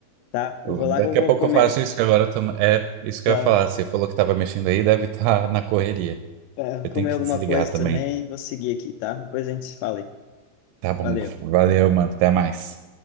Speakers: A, on the left (about 85°); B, on the right (about 85°).
A: tá? Eu
B: Eu-
A: vou lá
B: Daqui
A: que eu vou
B: a pouco
A: comer,
B: eu faço isso que agora também é isso
A: tá?
B: que eu ia falar. Você falou que estava mexendo aí, deve estar na correria.
A: É,
B: Eu tenho
A: comer
B: que
A: alguma
B: desligar
A: coisa
B: também.
A: também, vou seguir aqui, tá? Depois a gente se fala aí.
B: Tá bom,
A: Valeu.
B: valeu, mano, até mais.